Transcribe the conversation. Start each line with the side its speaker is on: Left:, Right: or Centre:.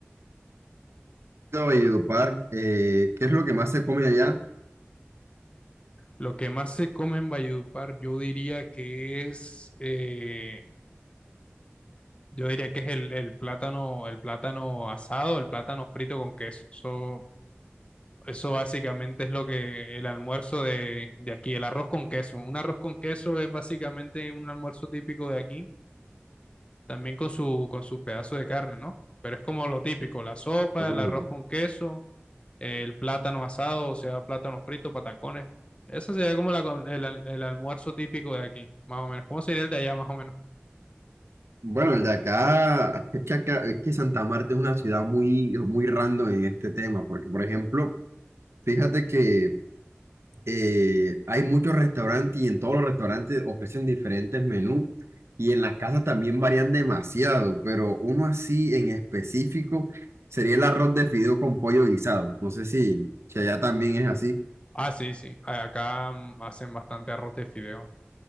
Right: y Valledupar. Eh, ¿qué es lo que más se come allá?
Left: Lo que más se come en Valledupar, yo diría que es, eh, Yo diría que es el, el plátano, el plátano asado, el plátano frito con queso. Eso, eso básicamente es lo que el almuerzo de, de aquí, el arroz con queso. Un arroz con queso es básicamente un almuerzo típico de aquí, también con su, con su pedazo de carne, ¿no? Pero es como lo típico, la sopa,
Right: Uh,
Left: el arroz con queso, el plátano asado, o sea, plátano frito, patacones. Eso sería como la com- el, al- el almuerzo típico de aquí, más o menos. ¿Cómo sería el de allá, más o menos?
Right: bueno, el de acá, <laughs> es que acá- es que Santa Marta es una ciudad muy, muy random en este tema, porque por ejemplo, fíjate que eh, hay muchos restaurantes y en todos los restaurantes ofrecen diferentes menús y en las casas también varían demasiado, pero uno así en específico sería el arroz de fideo con pollo guisado. No sé si, si allá también es así.
Left: Ah, sí, sí. A- Acá mm, hacen bastante arroz de fideo.